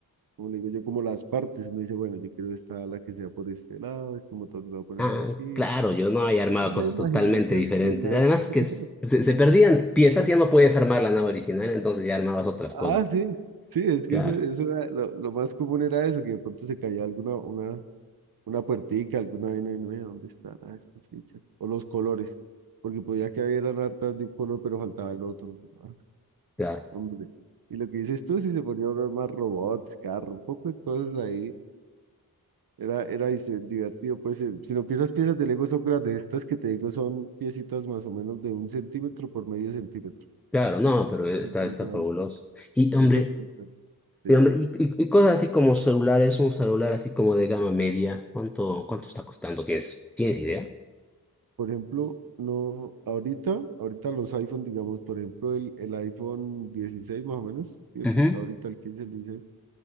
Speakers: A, on the right (about 70°); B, in the centre.
A: como le digo yo, como las partes, uno dice, bueno, yo quiero esta ala que sea por este lado, este motor se lo voy a
B: Ah,
A: poner aquí.
B: claro, yo no había armado
A: Es una
B: cosas
A: imaginación
B: totalmente diferentes.
A: tenaz.
B: Además
A: <laughs>
B: que s- se, se perdían piezas y ya no podías armar la nave original, entonces ya armabas otras
A: Ah,
B: cosas.
A: sí, sí, es
B: Claro,
A: que eso, eso era, lo, lo más común era eso, que de pronto se caía alguna, una, una puertica, alguna vaina, y uno, "Vea, ¿dónde están ah, estas fichas? O los colores, porque podía que hubieran hartas de un color, pero faltaba el otro. Ah,
B: claro,
A: hombre. Y lo que dices tú, si se ponía unos más robots, carro, un poco de cosas ahí Era, era dice, divertido, pues eh, sino que esas piezas de Lego son grandes, estas que te digo son piecitas más o menos de un centímetro por medio centímetro,
B: claro, no, pero e,
A: un
B: está,
A: centímetro
B: está fabuloso.
A: de alto,
B: Y hombre,
A: son pequeñitas. Sí.
B: y, hombre, y, y- y cosas así como celulares, un celular así como de gama media, ¿cuánto, cuánto está costando? ¿Tienes, tienes idea?
A: Por ejemplo, no, ahorita, ahorita los iPhone, digamos, por ejemplo, el, el iPhone 16 más o menos, y el
B: Ujú.
A: que está ahorita, el 15, el 16,